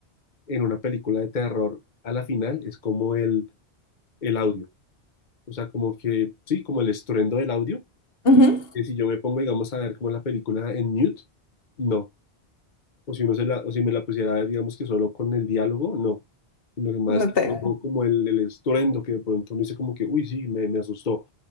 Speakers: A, on the left; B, on the left.
A: en una película de terror a la final es como el, el audio. O sea, como que, sí, como el estruendo del audio.
B: <laughs> Ujú,
A: Que si yo me pongo, digamos, a ver como la película en mute, no. o si uno se la, o si me la pusiera a ver, digamos que solo con el diálogo, no, sino que más
B: No
A: que
B: te...
A: todo como el, el estruendo que de pronto uno dice como que, uy, sí, me, me asustó,